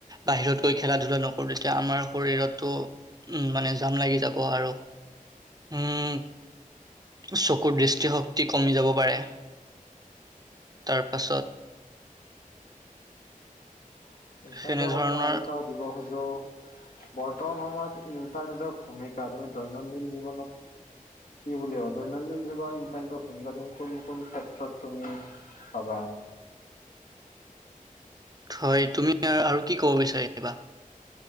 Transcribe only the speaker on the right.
বাহিৰত গৈ খেলা ধূলা নকৰো তেতিয়া আমাৰ শৰীৰতো উম, মানে জাম লাগি যাব আৰু উম চকুৰ দৃষ্টিশক্তি কমি যাব পাৰে তাৰ পাছত
সেনেধৰণৰ
হয়, তুমি আৰু কি ক'ব বিচাৰিবা?